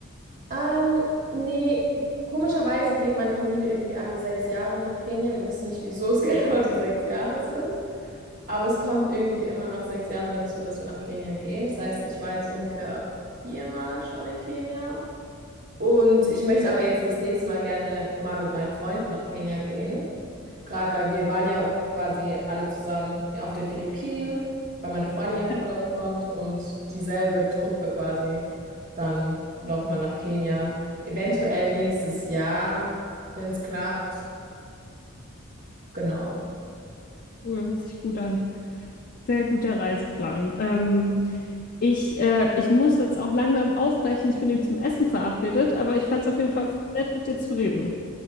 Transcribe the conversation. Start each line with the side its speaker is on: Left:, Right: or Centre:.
Right: Ähm, nee, komischerweise geht meine Familie irgendwie alle sechs Jahre nach Kenia. Wir wissen nicht, wieso es <laughs> genau die sechs Jahre sind. Aber es kommt irgendwie immer nach sechs Jahren dazu, dass wir nach Kenia gehen. Das heißt, ich war jetzt ungefähr viermal schon in Kenia. Und ich möchte aber jetzt das nächste Mal gerne mal mit meinen Freunden nach Kenia gehen. Gerade weil wir waren ja quasi alle zusammen auf den Philippinen, weil meine Freundin ja von
Left: Ja,
Right: dort kommt und dieselbe Truppe quasi dann nochmal nach Kenia. Eventuell nächstes Jahr, wenn es klappt. Genau.
Left: Cool, hört sich gut an. Sehr guter Reiseplan. Ähm, ich, äh, ich muss jetzt auch langsam aufbrechen. Ich bin nämlich zum Essen verabredet, aber ich fand es auf jeden Fall nett, mit dir zu reden.